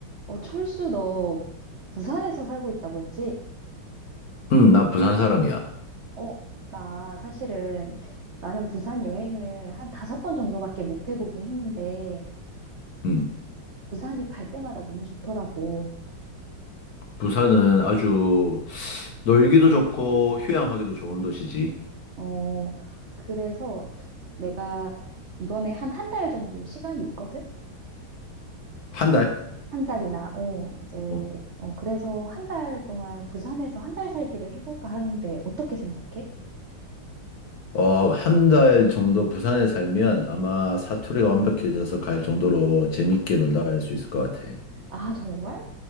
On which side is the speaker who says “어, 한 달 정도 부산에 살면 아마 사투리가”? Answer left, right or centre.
Left